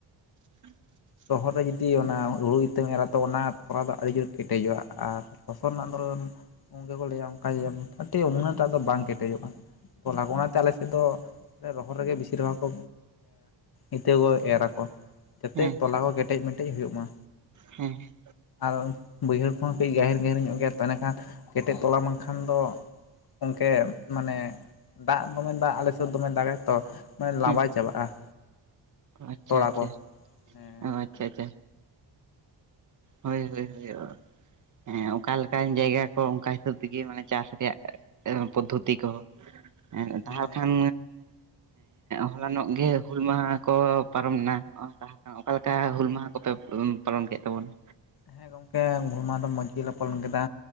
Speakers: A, on the right; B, on the left.
A: <inaudible>
B: ᱨᱚᱦᱚᱨ ᱨᱮ ᱡᱩᱫᱤ ᱚᱱᱟ ᱦᱩᱲᱩ ᱤᱛᱟᱹᱢ ᱮᱨᱟ ᱛᱚ ᱚᱱᱟ ᱛᱚᱞᱟ ᱫᱚ ᱟᱹᱰᱤ ᱡᱳᱨ ᱠᱮᱴᱮᱡᱚᱜᱼᱟ ᱟᱨ ᱯᱷᱚᱥᱚᱞ ᱨᱮᱱᱟᱜ ᱫᱷᱚᱨᱚᱱ <unintelligible> ᱜᱮᱠᱚ ᱞᱟᱹᱭᱟ ᱚᱱᱠᱟ ᱡᱮᱴ ᱩᱱᱟᱹᱴᱟᱜ ᱫᱚ ᱵᱟᱝ ᱠᱮᱴᱮᱡᱚᱜᱼᱟ ᱛ ᱚᱱᱟᱛᱮ ᱟᱞᱮ ᱥᱮᱫ ᱫᱚ ᱨᱚᱦᱚᱲ ᱨᱮᱜᱮ ᱵᱮᱥᱤᱨ ᱵᱷᱟᱜᱽ ᱠᱚ ᱤᱛᱟᱹ ᱠᱚ ᱮᱨ ᱟᱠᱚ᱾ ᱡᱟᱛᱮ
A: ᱦᱮᱸ
B: ᱛᱚᱞᱟ
A: ᱦᱮᱸ
B: ᱠᱚ ᱠᱮᱴᱮᱡᱢᱮᱴᱮᱡ ᱦᱩᱭᱩᱜ ᱢᱟ᱾
A: ᱦᱮᱸ ᱦᱮᱸ
B: ᱟᱨ ᱵᱟᱹᱭᱦᱟᱹᱲ ᱠᱚᱦᱚᱸ ᱠᱟᱹᱡ ᱜᱟᱹᱦᱤᱨ ᱜᱟᱹᱦᱤᱨ ᱧᱚᱜ ᱜᱮᱭᱟ ᱛᱮ ᱮᱱᱟᱹᱠᱷᱟᱱ ᱠᱮᱴᱮᱡ ᱛᱚᱞᱟ ᱢᱟ ᱵᱟ ᱠᱷᱟᱱ ᱫᱚ ᱚᱱᱠᱮ ᱢᱟᱱᱮ ᱫᱟᱜ ᱫᱚᱢᱮ ᱫᱟᱜ ᱟᱞᱮ ᱥᱮᱫ ᱫᱚᱢᱮ ᱫᱟᱜᱟᱭ ᱛᱚ, ᱢᱟᱱ ᱞᱟᱵᱟᱭ
A: ᱦᱮᱸ
B: ᱪᱟᱵᱟᱜᱼᱟ᱾
A: ᱟᱪᱪᱷᱟ
B: ᱛᱚᱲᱟ
A: ᱟᱪᱪᱷᱟ
B: ᱠᱚ ᱦᱮᱸ
A: ᱚ ᱟᱪᱪᱷᱟ ᱟᱪᱪᱷᱟ᱾ ᱦᱳᱭ ᱦᱳᱭ ᱦᱳᱭ᱾ ᱦᱮᱸ ᱚᱠᱟ ᱞᱮᱠᱟᱱ ᱡᱟᱭᱜᱟ ᱠᱚ ᱚᱱᱠᱟ ᱦᱤᱥᱟᱹᱵ ᱛᱮᱜᱮ ᱢᱟᱱᱮ ᱪᱟᱥ ᱨᱮᱭᱟᱜ ᱯᱚᱫᱽᱫᱷᱚᱛᱤ ᱠᱚᱦᱚ
B: ᱦᱮᱸ
A: ᱛᱟᱦᱮ ᱠᱷᱟᱱ ᱦᱚᱞᱟᱱᱚᱜ ᱜᱮ ᱦᱩᱞ ᱢᱟᱦᱟ ᱠᱚ ᱯᱟᱨᱚᱢᱱᱟ ᱞᱟᱦ <unintelligible> ᱚᱠᱟᱞᱮᱠᱟ ᱦᱩᱞ ᱢᱟᱦᱟ ᱠᱚᱯᱮ ᱯᱟᱨᱚᱢ ᱠᱮᱫ ᱛᱟᱵᱚᱱᱟ?
B: ᱦᱮᱸ ᱜᱚᱢᱠᱮ ᱦᱩᱞ ᱢᱟᱦᱟ ᱫᱚ ᱢᱚᱸᱡᱽ ᱜᱮᱞᱮ ᱯᱚᱞᱚᱱ ᱠᱮᱫᱟ